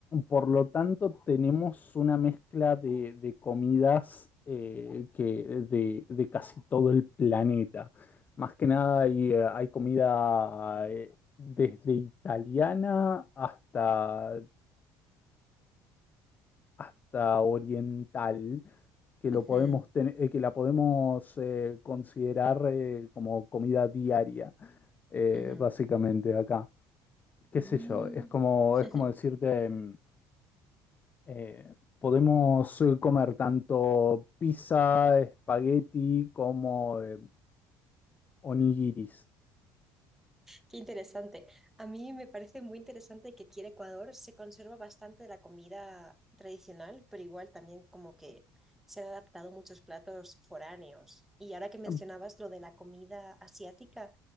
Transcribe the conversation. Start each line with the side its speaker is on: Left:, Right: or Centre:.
Left: por lo tanto, tenemos una mezcla de, de comidas eh, que de de casi todo el planeta. Más que nada hay, eh, hay comida eh, desde italiana hasta, hasta oriental que
Centre: ujú.
Left: lo podemos ten- eh, que la podemos eh, considerar eh, como comida diaria, eh,
Centre: Ujú.
Left: básicamente acá. ¿Qué
Centre: Mm.
Left: sé yo? Es como,
Centre: <laughs>
Left: es como decirte, mm, eh, podemos eh, comer tanto pizza, espagueti como eh, onigiris.
Centre: Qué interesante. A mí me parece muy interesante que aquí en Ecuador se conserva bastante de la comida tradicional, pero igual también como que se han adaptado muchos platos foráneos. Y ahora que mencionabas
Left: Mm,
Centre: lo de la comida asiática,